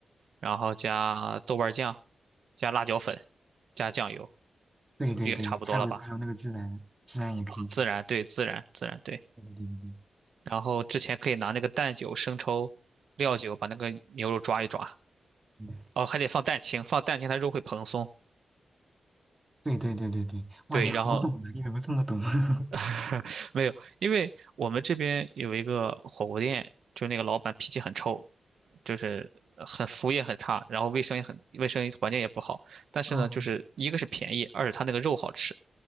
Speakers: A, on the right (about 80°); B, on the right (about 20°).
A: 然后加豆瓣酱，加辣椒粉，加酱油，
B: 对对对，
A: 这个差不多了吧？
B: 还有还有那个孜然，孜然也可以加。
A: 自然，对，自然，自然，对。
B: 对对对对对。
A: 然后之前可以拿那个蛋酒、生抽、料酒把那个牛肉抓一抓。
B: 嗯
A: 哦，还得放蛋清，放蛋清它肉会蓬松。
B: 对对对对对，哇，
A: 对，
B: 你好懂啊！
A: 然后
B: 你怎么这么懂？<laughs> 啊
A: <laughs> 没有，因为我们这边有一个火锅店，就那个老板脾气很臭，就是呃很服务也很差，然后卫生也很卫生环境也不好。但是呢，
B: 嗯
A: 就是一个是便宜，二是他那个肉好吃，